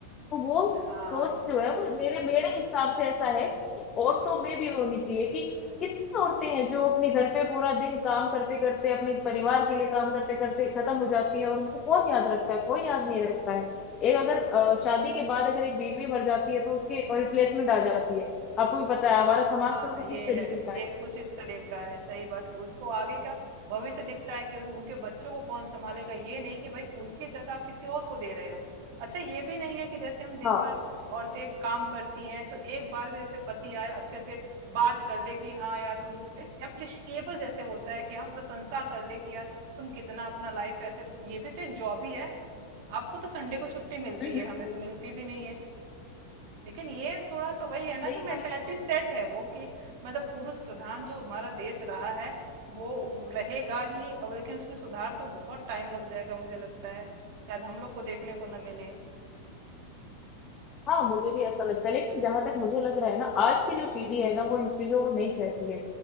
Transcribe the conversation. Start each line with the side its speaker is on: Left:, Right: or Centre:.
Left: तो वो
Right: हाँ
Left: सोच जो है वो मेरे मेरे हिसाब से ऐसा है कि औरतों में भी होनी चाहिए कि कितनी औरतें हैं जो अपने घर पे पूरा दिन काम करते करते अपने परिवार के लिए काम करते करते खत्म हो जाती हैं और उनको कौन याद रखता है कोई याद नहीं रखता है एक अगर अ, शादी के बाद अगर एक बीवी मर जाती है तो उसके रिप्लेसमेंट आ जाती है आपको भी पता
Right: हाँ
Left: है हमारा समाज
Right: हाँ
Left: तो कुछ
Right: ये
Left: इस तरीके
Right: है
Left: का है
Right: ये कुछ इस तरह का है सही बात कि उसको आगे का भविष्य दिखता है कि उन- उनके बच्चों को कौन संभालेगा ये नहीं कि भाई उनकी जगह आप किसी और को दे रहे हो अच्छा ये भी नहीं है कि जैसे हम दिन
Left: हाँ
Right: भर औरतें काम करती हैं तो एक बार भी जैसे पति आए अच्छे से बात कर ले कि हाँ यार तुम एप्रिशिएबल जैसे होता है कि हाँ प्रशंसा कर ले कि यार तुम कितना अपना लाइफ ऐसे ये भी तो एक जॉब ही है आपको तो संडे को छुट्टी मिलती
Left: हम्म
Right: है
Left: हम्म
Right: हमें
Left: हम्म।
Right: तो मिलती भी नहीं है लेकिन ये थोड़ा सा वही है ना
Left: सही
Right: कि मेंटेलिटी सेट है वो कि मतलब पुरुष प्रधान जो हमारा देश रहा है वो रहेगा ही अब लेकिन उसमें सुधार तो बहुत टाइम लग जाएगा मुझे लगता है शायद हम लोग को देखने को न मिले
Left: हाँ मुझे भी ऐसा लगता है लेकिन जहां तक मुझे लग रहा है ना आज की जो पीढ़ी है ना वो इन चीजों को नहीं सहती है